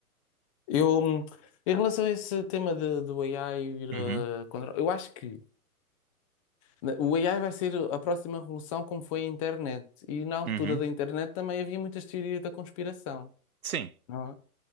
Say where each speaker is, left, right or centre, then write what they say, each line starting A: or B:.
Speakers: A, on the left; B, on the right.
A: Eu, hum, em relação a esse tema de- do AI vir
B: Uhum,
A: a controlar, eu acho que. Na- O AI vai ser a próxima revolução, como foi a internet. E na altura
B: uhum.
A: da internet também havia muitas teorias da conspiração,
B: Sim,
A: não é?